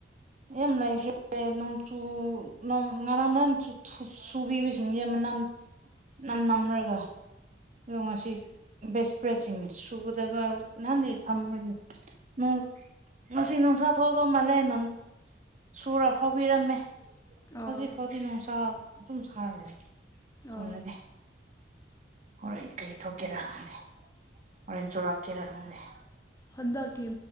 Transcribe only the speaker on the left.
ꯑꯣ
ꯑꯣ
ꯍꯟꯗꯛꯀꯤ